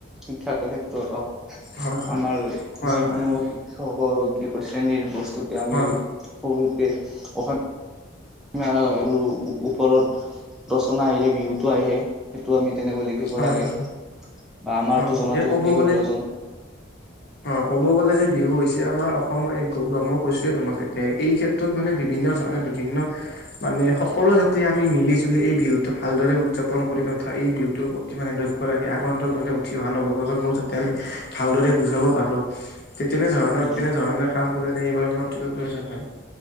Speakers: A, in the centre; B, on the left.
A: শিক্ষাৰ ক্ষেত্ৰত হওক
B: হয়
A: আমাৰ
B: হয়
A: যিকোনো।
B: হয় হয় হয়
A: স কি ক শ্ৰেণীৰ বস্তুতে আমি
B: হয় হয়
A: সৰুতে অস। মিয়া আৰু ওপৰত ৰচনা আহিলে বিহুতটো আহে সেইটো আমি তেনেকৈয় লি। খিব
B: হয়
A: লাগে
B: হয়
A: বা আমাৰতটো
B: হয় হয়
A: জোনাটো
B: দে ক'ব
A: অতিকৈ
B: গ'লে
A: প্ৰয়োজন।
B: অ ক'ব গ'লে যে বিহু হৈছে আমাৰ অসমৰ এক গৌৰৱ ম। কৈছোঁৱে তোমাক এতিয়া এই ক্ষেত্ৰত মানে বিভিন্ন ধৰণৰ বিভিন্ন। মানে সকলো যাতে আমি মিলি জুলি এই বিহুতো ভালদৰে উদযাপন কৰি তথা এই বিহুতৰ প্ৰ। মানে লক্ষ্য ৰাখি আগন্তক মানে উঠি অহা নব প্ৰজন্মক যাতে আমি ভালদৰে বুজাব পাৰো। তে তেনেধৰণৰ
A: উম,
B: তেনেধৰণৰ কাম কৰিনে এইবাৰ অতিকৈ প্ৰয়োজন হয়।